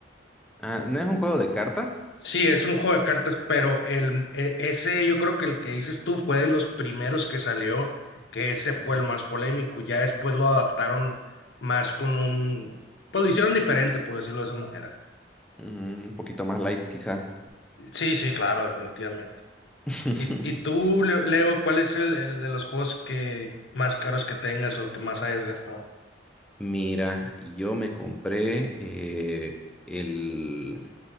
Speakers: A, in the centre; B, on the left.
A: Ah, ¿no es un juego de cartas?
B: Sí, es un juego de cartas, pero el e- ese yo creo que el que dices tú fue de los primeros que salió, que ese fue
A: Ah,
B: el más polémico. Ya después lo adaptaron más con un, pues lo hicieron diferente, por decirlo de esa manera.
A: mm, un poquito más light, quizá.
B: Sí, sí, claro, definitivamente.
A: <laughs>
B: ¿Y, y tú, Leo, Leo, cuál es el, el de los juegos que más caros que tengas o que más hayas gastado?
A: Mira, yo me compré eh, el